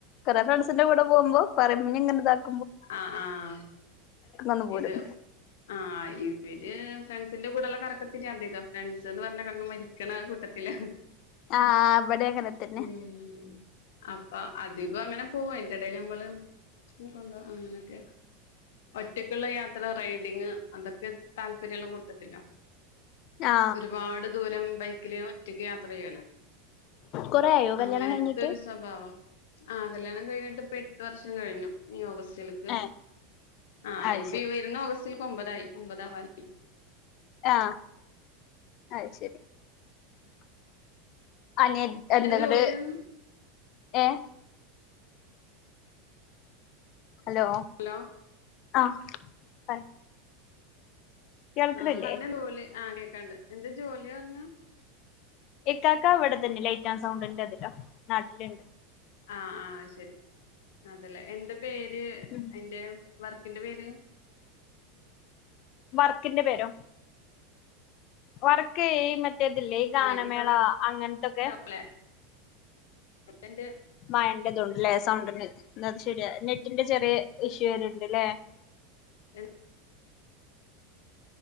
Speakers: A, on the left; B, on the left.
A: കൊറെ ഫ്രണ്ട്സിന്റെ കൂടെ പോകുമ്പോ പറീം എന്നെങ്ങനെ ഇതാക്ക്
B: ആഹ് ആഹ്
A: ഒന്ന് പോരും
B: ഇത് ആഹ് ഇവര് ഫ്രണ്ട്സിന്റെ കൂടെള്ള കറക്ക <unintelligible> അധികം ഫ്രണ്ട്സ് എന്ന് പറഞ്ഞാ കെടന്ന് മരിക്കണ കൂട്ടത്തിലാ
A: ആഹ് ഇവടേം അങ്ങനെത്തന്നെയാ
B: ഉം അപ്പൊ അധികോം അങ്ങനെ പോവും അയിന്റെ എടയിൽ നമ്മള് <unintelligible> കൊണ്ടോവും അങ്ങനൊക്കെയാ ഒറ്റക്കുള്ള യാത്ര റൈഡിങ് അതൊക്കെ താല്പര്യമുള്ള കൂട്ടത്തിലാ
A: ആ
B: ഒരുപാട് ദൂരം ബൈക്കില് ഒറ്റക്ക് യാത്ര ചെയ്യുവല്ലോ
A: കൊറേ ആയോ കല്യാണം
B: അങ്ങനെത്തൊരു
A: കഴിഞ്ഞിട്ട്
B: സ്വഭാവം ആഹ് കല്ല്യാണം കഴിഞ്ഞിട്ട് ഇപ്പൊ എട്ട് വർഷം കഴിഞ്ഞു ഈ ഓഗസ്റ്റിലേക്ക്
A: ഏ
B: ആഹ്
A: അത്
B: ഇപ്പൊ
A: ശരി
B: ഈ വരുന്ന ഓഗസ്റ്റിലേക്ക് ഒമ്പതായി ഒമ്പതാവാനായി
A: ആഹ് അത് ശരി അനിയത്ത് എന്താങ്ങട്
B: എന്താ ജോലിയായിരുന്നു
A: ഏ ഹലോ
B: ഹലോ
A: ആഹ് പറ കേൾക്കണില്ലേ
B: ആഹ് <unintelligible> ആ കേക്കാണ്ട് എന്താ ജോലി പറഞ്ഞെ
A: ഇക്കാക്ക ഇവിടെ തന്നെ ലൈറ്റ് ആൻഡ് സൗണ്ടിന്റെ ഇതിലാ നാട്ടിലുണ്ട്
B: ആഹ് ആഹ് അത് ശരി അതല്ലേ എന്താ പേര്
A: ഉം
B: അതിൻ്റെ വർക്കിന്റെ പേര്
A: വർക്കിന്റെ പേരോ വർക്ക് ഈ മറ്റേ മറ്റേതില്ലേ ഈ ഗാനമേള
B: മൈക്ക് സൗണ്ട്
A: അങ്ങനത്തൊക്കെ
B: ഉണ്ടാവുല്ലേ എന്റെ
A: മയൻ്റെത് കൊണ്ട് ല്ലേ സൗണ്ടിന് <unintelligible> ശരിയാ നെറ്റിന്റെ ചെറിയ ഇഷ് <unintelligible> ണ്ട്ല്ലേ
B: എ